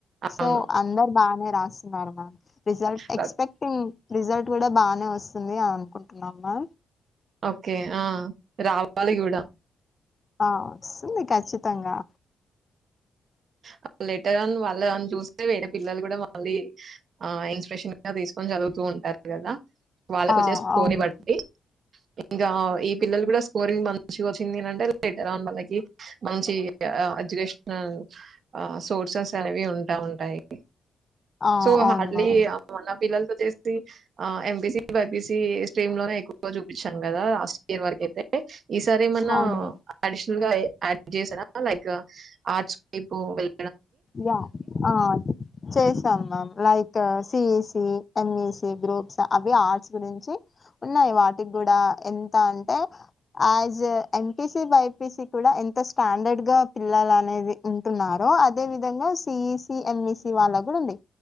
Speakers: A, on the left; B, on the right.
A: సో,
B: అవును.
A: అందర్ బానే. రాస్తున్నారు, మామ్. రిజల్ట్
B: ప్రత్
A: ఎక్స్‌పెక్టింగ్. రిజల్ట్ గూడా బానే వస్తుంది అని అనుకుంటున్నామా
B: ఓకే, ఆ రావాలిగూడా.
A: ఆ వస్తుంది కచ్చితంగా.
B: హా. లెటర్ అన్ వాళ్లే అన్. <unintelligible> చూస్తే, వేరే పిల్లలు కూడా మళ్లీ ఆ ఇన్‌స్పిరేషన్‌గా తీసుకొని చదువుతూ ఉంటారు, కదా? వాళ్లకు
A: ఆ
B: చేసుకోనివ్వండి.
A: అవును
B: ఇంగా, ఈ పిల్లలు కూడా స్కోరింగ్‌ మంత్. మంచిగా వచ్చింది నంతే, లైక్ నార్మల్, లైక్ హీప్, మంచిగా, ఎడ్యుకేషనల్. ఆ సోర్సెస్ అనేవి ఉంటా ఉంటాయి.
A: ఆ
B: సో,
A: అవును
B: హార్డ్‌లీ
A: మ్యామ్
B: ఆ మన పిల్లలతో చేసి. ఆ, ఎంపీసీ, బైపీసీ. <unintelligible> తి, స్ట్రీమ్‌లోనే ఎక్కువగా చూపించాం, కదా? లాస్ట్. ఎవరికైతే. ఈసారి మనా
A: అవును మ్యామ్
B: అడిషనల్‌గా ఏ. యాడ్ చేశారా, లైక్ ఆర్ట్స్? ఇపో వెల్ప్.
A: వావ్! ఆ చేశాం, మామ్, లైక్. ఇంకా సీఈసీ ఎంఈసీ గ్రూప్స్ అవి ఆర్ట్స్ గురించి ఉన్నాయి వాటికి గుడా ఎంత అంటే యాజ్ ఎ ఎంపీసీ బైపీసీ కూడా ఎంత స్టాండర్డ్‌గా పిల్లలు అనేది ఉంటున్నారో అద. అదే విధంగా, సీఈసీ, ఎంఈసీ వాళ్లక గుడా ఉంది.